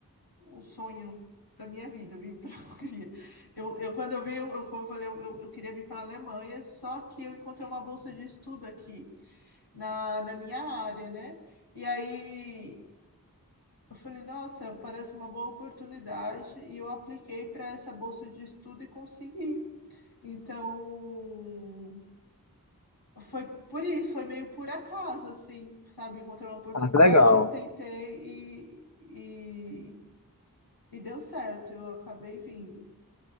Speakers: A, on the left; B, on the left.
A: o sonho da minha vida, vir para a <laughs> Hungria. Eu, eu, quando eu vim, eu, eu- como eu falei, eu, eu queria vir para a Alemanha, só que eu encontrei uma bolsa de estudo aqui, na, na minha área, né? E aí Eu falei, nossa, parece uma boa oportunidade, e eu apliquei para essa bolsa de estudo e consegui. Então, foi por isso, foi meio por acaso, assim, sabe? Encontrei uma oportunidade,
B: Ah, que legal.
A: tentei e, e, e deu certo, eu acabei vindo.